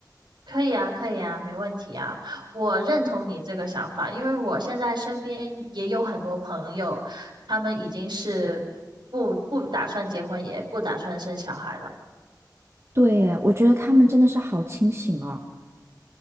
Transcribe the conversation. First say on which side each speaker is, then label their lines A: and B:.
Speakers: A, on the right; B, on the right.
A: 可以啊，可以啊，没问题啊。我认同你这个想法，因为我现在身边也有很多朋友，他们已经是不不打算结婚，也不打算生小孩了。
B: 对耶，我觉得他们真的是好清醒哦，